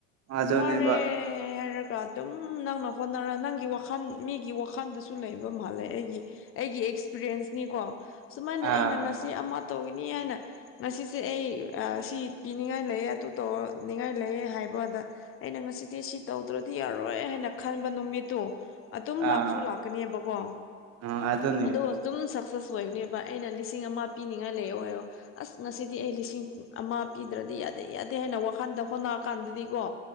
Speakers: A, on the right; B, on the left.
A: ꯑꯗꯨꯅꯦꯕ
B: ꯋꯥꯔꯦ ꯑꯦ ꯍꯥꯏꯔꯒ ꯑꯗꯨꯝ ꯅꯪꯅ ꯍꯣꯠꯅꯔ ꯅꯪꯒꯤ ꯋꯥꯈꯟ ꯃꯤꯒꯤ ꯋꯥꯈꯟꯗꯁꯨ ꯂꯩꯕ ꯃꯥꯜꯂꯦ ꯑꯩꯒꯤ ꯑꯩꯒꯤ ꯑꯦꯛꯁꯄꯤꯔꯦꯟꯁꯅꯤꯀꯣ ꯁꯨꯃꯥꯏꯅ
A: ꯑꯥ
B: ꯑꯩꯅ ꯉꯁꯤ ꯑꯃ ꯇꯧꯒꯅꯤ ꯍꯥꯏꯅ ꯉꯁꯤꯁꯦ ꯑꯩ ꯁꯤ ꯄꯤꯅꯤꯡꯉꯥꯏ ꯂꯩꯑꯦ ꯑꯗꯨ ꯇꯧꯔꯅꯤꯡꯉꯥꯏ ꯂꯩꯑꯦ ꯍꯥꯏꯕꯣ ꯑꯗ ꯑꯩꯅ ꯉꯁꯤꯗꯤ ꯁꯤ ꯇꯧꯗ꯭ꯔꯗꯤ ꯌꯥꯔꯣꯏ ꯍꯥꯏꯅ ꯈꯟꯕ ꯅꯨꯃꯤꯠꯇꯨ ꯑꯗꯨꯝ
A: ꯑꯥ
B: ꯂꯥꯛꯁꯨ ꯂꯥꯛꯀꯅꯦꯕꯀꯣ
A: ꯑꯥ ꯑꯗꯨꯅꯦ
B: ꯑꯗꯨꯒ ꯑꯗꯨꯝ ꯁꯛꯁꯦꯁ ꯑꯣꯏꯒꯅꯦꯕ ꯑꯩꯅ ꯂꯤꯁꯤꯡ ꯑꯃ ꯄꯤꯅꯤꯡꯉꯥꯏ ꯂꯩꯌꯣ ꯑꯣꯏꯌꯣ꯫ ꯑꯁ ꯉꯁꯤꯗꯤ ꯑꯩ ꯂꯤꯁꯤꯡ ꯑꯃ ꯄꯤꯗ꯭ꯔꯗꯤ ꯌꯥꯗꯦ ꯌꯥꯗꯦ ꯍꯥꯏꯅ ꯋꯥꯈꯟꯗ ꯍꯣꯠꯅꯀꯥꯟꯗꯗꯤꯀꯣ꯫